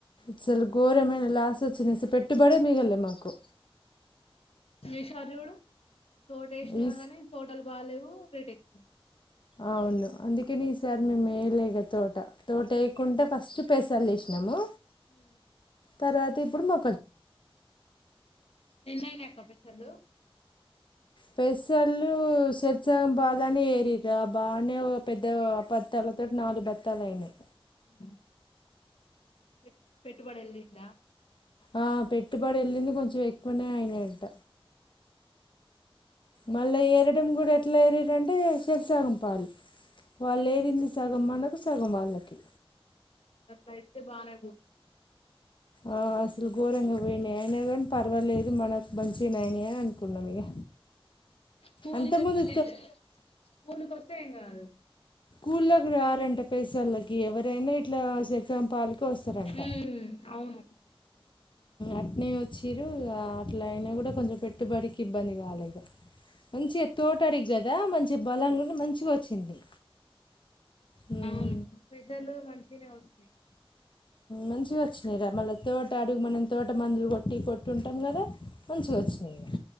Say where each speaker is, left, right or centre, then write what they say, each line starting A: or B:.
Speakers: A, on the left; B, on the left.
A: అసలు ఘోరమైన లాస్ వోచ్చింది. అసలు పెట్టుబడే మిగల్లే మాకు
B: <unintelligible> తోట ఏసినా
A: ఈ
B: గానీ తోటలు బాలేవు రేటెక్కువ ఉంది
A: అవును అందుకని ఈసారి మేం ఏయలే ఇగ తోట తోట వేయాకుంటే ఫస్ట్ పేసళ్ళు ఏసినాము
B: హు
A: తర్వాత ఇప్పుడు మొ
B: ఎన్న అయినాయి ఆక్క పెద్ద హలో
A: పెసళ్ళు సర్సగం బాలనే ఏరారు ఆ బాగానే పెద్ద బత్తాల తోటి నాలుగు బత్తాలు అయినాయి
B: అమ్ పెట్ పెట్టుబడలంద
A: ఆ పెట్టుబడి వెళ్ళింది కొంచెం ఎక్కువనే అయినాయంట మళ్ళా ఏరడం కూడా ఎట్లా ఏరిరంటే చెరు సగం పాలు వాళ్ళు ఏరింది సగం మనకు సగం వాళ్ళకి
B: ట్ అయితే బాగానేయిపోతుంది
A: ఆ అసలు ఘోరంగా పోయినాయి అయిన కూడ పర్వాలేదు మనకు మంచిగనే అయినాయ్ అనుకున్నా ఇక
B: పూలు
A: అంతకుముందు
B: కోస్తే <unintelligible> పూలు కోస్తే ఏం కాదు
A: స్కూల్లోకి రారంట <unintelligible> వాళ్ళకి ఎవరైనా ఇట్లా <unintelligible> కోస్తరంట
B: ఉమ్ అవును
A: అట్నే వచ్చిర్రు ఆ అట్లయినా కూడా కొంచెం పెట్టుబడికి ఇబ్బంది కాలేదు మంచిగ తోటారి గదా మంచి సి బలంగ మంచిగా వచ్చింది ఉమ్,
B: అవును ప్పేసర్లు మంచిగనే వస్తాయ్
A: మంచిగ వచ్చినయిరా మళ్ళ తోట అడుగు మనం తోట మందులు కొట్టి కొట్టి ఉంటాం కదా మంచిగా వచ్చినయ్